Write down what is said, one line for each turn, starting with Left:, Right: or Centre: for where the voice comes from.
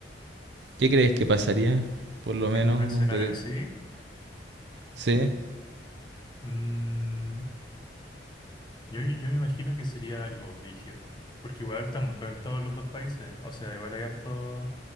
Right: qué crees que pasaría? Por lo
Left: en
Right: menos,
Left: un escenario
Right: desde-
Left: así.
Right: sí,
Left: mm, Yo, me- yo me imagino que sería algo brígido, porque igual están muy conectados los dos países, o sea, igual hay harto...